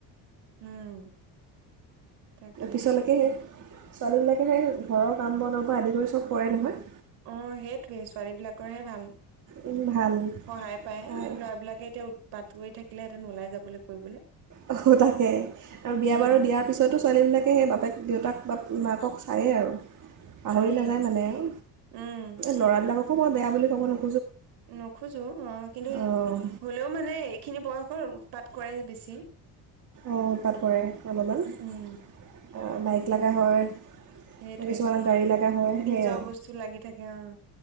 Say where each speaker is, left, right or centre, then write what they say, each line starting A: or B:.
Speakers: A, on the right; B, on the right.
A: উম। তাকে
B: পিছলৈকেহে ছোৱালীবিলাকে সেই ঘৰৰ কাম বনৰ পৰা আদি কৰি চব কৰে নহয়
A: অ', সেইটোৱে ছোৱালী বিলাকৰহে ভাল। সহায়
B: উম, ভাল
A: পায় ল'ৰাবলাকে
B: হয়
A: এতিয়া পাত কৰি থাকিলেহেঁতেন ওলাই যাবলৈ কৰিবলৈ
B: অ', তাকে আৰু বিয়া
A: উম
B: বাৰু দিয়াৰ পিছতো ছোৱালীবিলাকে সেই বাপেক দেউতাক বা মাকক চায়েই আৰু। পাহৰি
A: চায়েই
B: নাযায় মানে আৰু
A: উম
B: ল'ৰা বিলাকক আ মই বেয়া বুলি ক'ব নোঁ
A: নোখোজো অ কিন্তু
B: অঁ
A: হলেও মানে এইখিনি বয়সৰ তাত কৰে যে বেছি
B: অ', উৎপাত কৰে অলপমান
A: উম
B: বা লগা হয়
A: সেইটোয়ে
B: কিছুমানক গাড়ী লগা হয়
A: নিজৰ
B: সেয়া
A: বস্তু লাগি থাকে অ'।